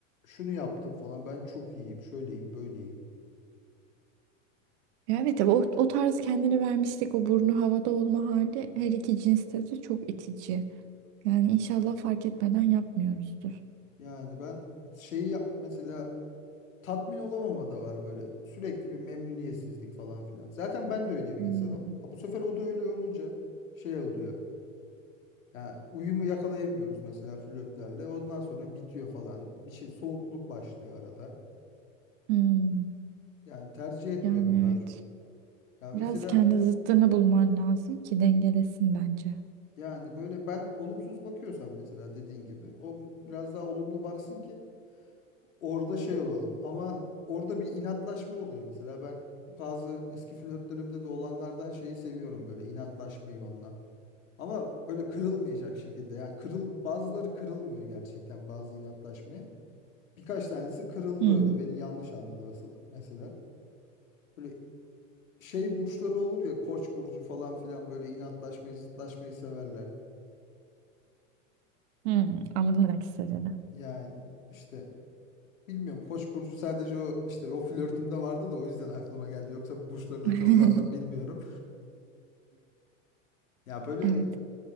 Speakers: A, on the left; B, on the right.
A: şunu yaptım falan ben çok iyiyim, şöyleyim, böyleyim.
B: Ya Evet tabii o, o tarz kendini vermiştik o burnu havada olma hali her iki cinste de çok itici. Yani inşallah fark etmeden yapmıyoruzdur.
A: Yani ben şeyi yap- mesela tatmin olamama da var böyle. Sürekli bir memnuniyetsizlik falan filan. Zaten ben de öyle bir
B: Hmm.
A: insanım. Ha, bu sefer o da öyle olunca şey oluyor. Ya uyumu yakalayamıyoruz mesela flörtlerle. Ondan sonra bitiyor falan. Bir şey soğukluk başlıyor arada.
B: Hmm,
A: Yani tercih etmiyorum
B: yani
A: daha
B: evet.
A: çok. Ya mesela
B: Biraz kendi zıttını bulman lazım ki dengelesin bence.
A: yani böyle ben olumsuz bakıyorsam mesela dediğin gibi o biraz daha olumlu baksın ki orada şey olalım. Ama orada bir inatlaşma oluyor mesela. Ben bazı eski flörtlerimde de olanlardan şeyi seviyorum böyle inatlaşmayı onunla. Ama böyle kırılmayacak şekilde. Yani kırıl bazıları kırılmıyor gerçekten bazı inatlaşmaya. Birkaç tanesi kırıldı
B: Hmm,
A: öyle. Beni yanlış anladı mesela. mesela. Böyle şey burçları olur ya Koç burcu falan filan böyle inatlaşmayı, zıtlaşmayı severler.
B: hmm, anladım ne demek istediğini.
A: Yani işte Bilmiyorum. Koç burcu sadece o işte o flörtümde vardı da o yüzden aklıma geldi. Yoksa burçları da
B: <laughs>
A: çok fazla bilmiyorum. Ya böyle
B: Evet.